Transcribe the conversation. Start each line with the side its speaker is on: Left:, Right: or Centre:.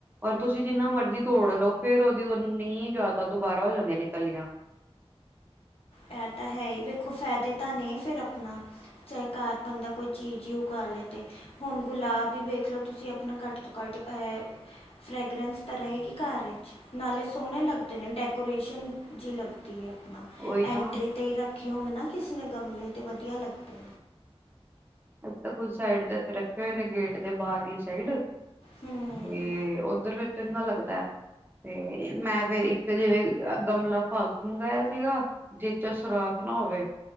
Right: ਔਰ ਤੁਸੀਂ ਜਿੰਨਾ ਮਰਜ਼ੀ ਤੋੜ ਲਓ ਫਿਰ ਉਦੀ ਓਨੀ ਜ਼ਿਆਦਾ ਦੁਬਾਰਾ ਹੋ ਜਾਂਦੀਆਂ ਨੇ ਨਿਕਲੀਆਂ।
Left: ਏਹ ਤਾਂ ਹੈ ਈ ਵੇਖੋ ਫੇਦੇ ਤਾਂ ਨੇ ਫਿਰ ਆਪਣਾ। ਚਾਏ ਘਾਰ ਬੰਦਾ ਕੋਈ ਚੀਜ਼ ਈ ਓਗਾ ਲੇ ਤੇ। ਹੁਨ ਗੁਲਾਬ ਵੀ ਵੇਖ ਲੋ ਤੁਸੀਂ ਆਪਣਾ ਘੱਟ ਤੋਂ ਘੱਟ ਐ ਫਰੈਗਰੈਂਸ ਤਾਂ ਰਏਗੀ ਘਾਰ ਏਚ। ਨਾਲੇ ਸੋਣੇ ਲੱਗਦੇ ਨੇ ਡੈਕੋਰੇਸ਼ਨ ਜੀ ਲੱਗਦੀ ਏ ਆਪਨਾ।
Right: ਉਹੀ
Left: ਐਂਟਰੀ
Right: ਤਾਂ
Left: ਤੇ ਈ ਰੱਖੇ ਹੋਨ ਨਾ ਕਿਸੀ ਨੇ ਗਮਲੇ ਤੇ ਵਦੀਆ ਲੱਗਦੈ।
Right: ਅਸੀਂ ਤਾਂ ਖੁਦ ਸਾਈਡ ਤੇ ਇੱਥੇ ਰੱਖੇ ਹੋਏ ਨੇ ਗੇਟ ਦੇ ਬਾਰਲੀ ਸਾਈਡ
Left: ਹੂੰ
Right: ਤੇ ਓਧਰ ਫੇਰ ਚੰਗਾ ਲੱਗਦੈ। ਤੇ ਮੈਂ ਫੇਰ ਇੱਕ ਜਿਵੇਂ ਅ ਗਮਲਾ ਫਾਲਤੂ ਮੰਗਾਇਆ ਸੀਗਾ ਜੀਚ ਓ ਸੁਰਾਖ ਨਾ ਹੋਵੇ,